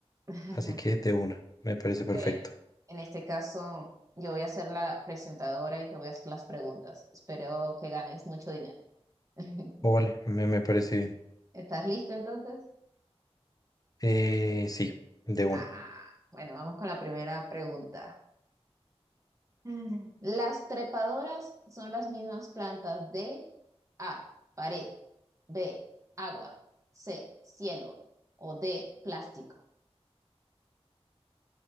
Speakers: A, on the right; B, on the left.
A: <laughs>
B: Así que de una, me parece perfecto.
A: Bueno, en este caso yo voy a ser la presentadora y te voy a hacer las preguntas. Espero que ganes mucho dinero. <laughs>
B: O vale, me, me parece bien.
A: ¿Estás listo entonces?
B: Eh, sí, de
A: Ajá.
B: una.
A: Bueno, vamos con la primera pregunta. Mm. Las trepadoras son las mismas plantas de A, pared, B, agua, C, cielo o D, plástico.